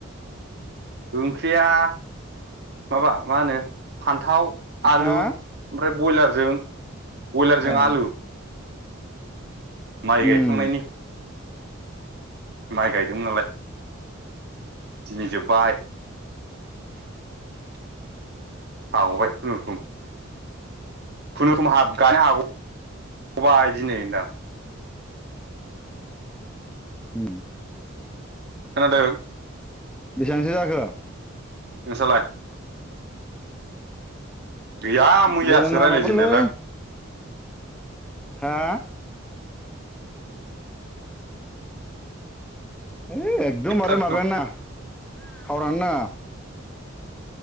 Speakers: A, on the right; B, in the centre.
A: ओंख्रिया माबा मा होनो फान्थाव, आलु
B: हा
A: ओमफ्राय बयलारजों बयलारजों
B: ए
A: आलु माइ गायखांनायनि
B: उम
A: माइ गायदोंमोन नालाय दिनै जोब्बाय <inaudible> हाग'बाय खुनुरुखुम खुनुरुखुम हाब गानो हाग'बाय दिनै होनदां
B: उम
A: खोनादों
B: बेसेबांसो जाखो
A: नोंस्रालाय गैया मैयासो
B: जोंहा
A: रायज्लायजेननायालाय
B: माबालै
A: आं
B: हा है एकदमबारे
A: आं
B: माबायान नाङा थावारान नाङा